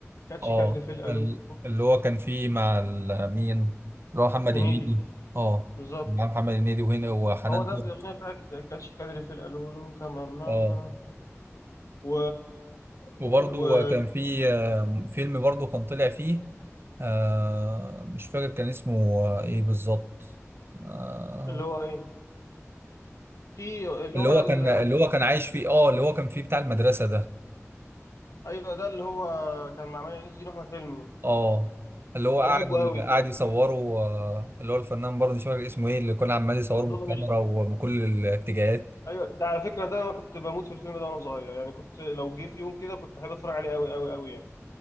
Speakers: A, on the left; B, on the right.
A: كاتش
B: اه
A: كادري في الالو
B: ال... اللي هو كان فيه مع ال... مين اللي هو محمد
A: هنيدي
B: هنيدي اه
A: بالظبط
B: مع محمد هنيدي وهنا وحنان
A: هو ده
B: ترك
A: الاغنيه بتاعت كاتش كادري في الالولو كمان نانا
B: اه
A: و...
B: وبرضه
A: و
B: كان فيه آه، فيلم برضه كان طلع فيه آه مش فاكر كان اسمه آه، ايه بالظبط آه
A: اللي هو ايه في اللي
B: اللي
A: هو
B: هو
A: ال...
B: كان اللي هو كان عايش فيه اه اللي هو كان فيه بتاع المدرسة ده
A: ايوه ده اللي هو كان مع مي عز الدين واحمد حلمي
B: اه اللي هو
A: ده
B: قاعد
A: بحبه قوي ده
B: قاعد يصوره آه، اللي هو الفنان برضه مش فاكر اسمه ايه اللي كان عمال يصوره
A: عبد
B: بالكاميرا
A: الله مشرف
B: ومن كل الاتجاهات
A: ايوه ده على فكره ده انا كنت بموت في الفيلم ده وانا صغير يعني كنت لو جه في يوم كده كنت احب اتفرج عليه قوي قوي قوي يعني